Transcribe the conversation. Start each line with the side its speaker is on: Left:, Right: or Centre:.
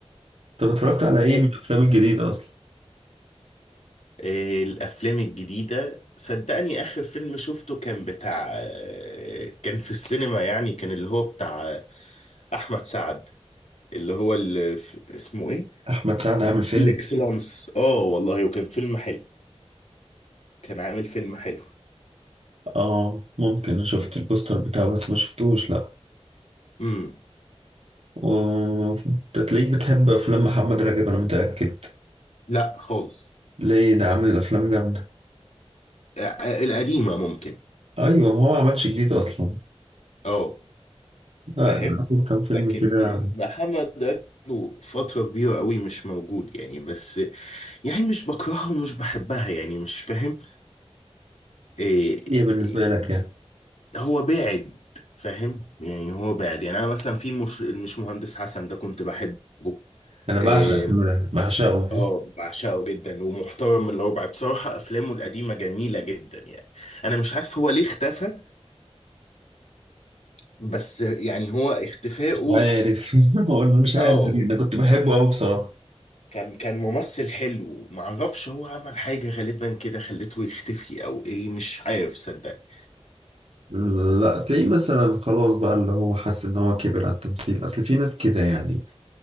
Right: طب اتفرجت على ايه
Left: طب،
Right: من الافلام الجديده اصلا
Left: إيه الافلام الجديده صدقني اخر فيلم شفته كان بتاع آه، كان في السينما يعني كان اللي هو بتاع آه، احمد سعد اللي هو اللي في- اسمه ايه
Right: احمد سعد عامل فيلم
Left: الاكسلانس اه والله وكان فيلم حلو كان عامل فيلم حلو
Right: اه ممكن أنا شفت البوستر بتاعه بس ما شفتوش لا
Left: امم
Right: و... انت تلاقيك بتحب افلام محمد رجب انا متاكد
Left: لا خالص
Right: ليه ده عامل افلام جامده
Left: آه، آه، القديمه ممكن
Right: ايوه ما هو ما عملش جديد اصلا
Left: اه
Right: لا
Left: فاهم
Right: أنا عامل كام فيلم
Left: لكن
Right: كده
Left: محمد له فترة كبيرة قوي مش موجود يعني بس يعني مش بكرهها ومش بحبها يعني مش فاهم إيه
Right: ايه بالنسبه
Left: إيه،
Right: لك يعني
Left: هو باعد فاهم يعني هو باعد يعني انا مثلا في المش المش مهندس حسن ده كنت بحبه
Right: انا
Left: إيه،
Right: بعشق الفيلم ده بعشقه مش
Left: اه بعشقه جدا ومحترم الربع بصراحة افلامه القديمة جميلة جدا يعني انا مش عارف هو ليه اختفى بس يعني هو اختفائه
Right: عارف <laughs> هو أنا مش عارف
Left: اه
Right: ليه. انا كنت بحبه قوي بصراحه
Left: كان كان ممثل حلو معرفش هو عمل حاجة غالبا كده خلته يختفي او ايه مش عارف صدقني
Right: لا تلاقيه مثلا خلاص بقى اللي هو حس ان هو كبر على التمثيل اصل في ناس كده يعني